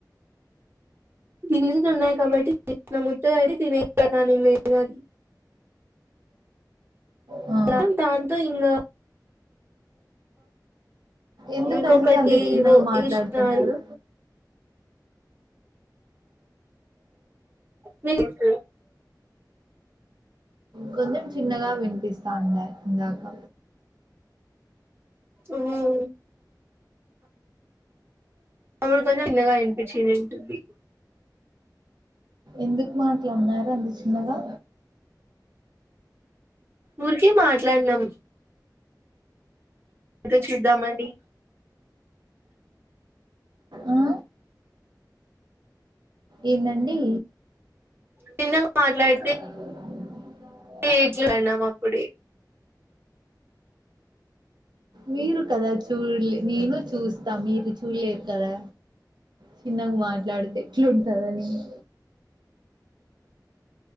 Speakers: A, on the right (about 30°); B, on the right (about 80°).
A: గింజలు ఉన్నాయి కాబట్టి తిన్న ఉతది అయితే తినే దాని లేదు అది
B: ఆ
A: మొత్తం దాంతో ఇంకా
B: ఎందుకండి
A: ఇంకొకటి
B: అంత చిన్నగా
A: ఓ
B: మాట్లాడుతున్నారు
A: వేసినారు మిక్
B: కొంచెం చిన్నగా వినిపిస్త ఉండే ఇందాకా
A: ఉహ్మ్ అప్పుడు కొంచెం చిన్నగా వినిపించింది
B: ఎందుకు మాట్లాడీన్నారు అంత చిన్నగా
A: ఊరికే మాట్లాడినాం అదే చూద్దాం అండి
B: ఆ ఏందండి
A: చిన్నగా మాట్లాడితే
B: <inaudible>
A: ఏట్ల అన్నామాప్పుడి
B: మీరు కదా చూడలే నేను చూస్తా మీరు చూడలేరు కదా చిన్నగా మాట్లాడితే ఎట్లుంటదని <inaudible>